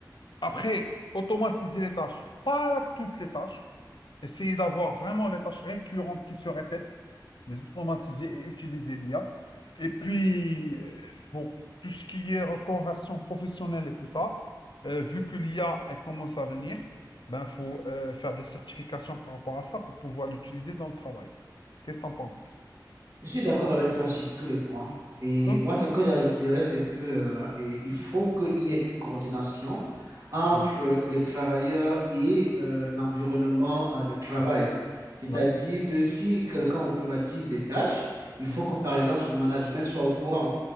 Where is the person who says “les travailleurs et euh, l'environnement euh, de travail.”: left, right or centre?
Right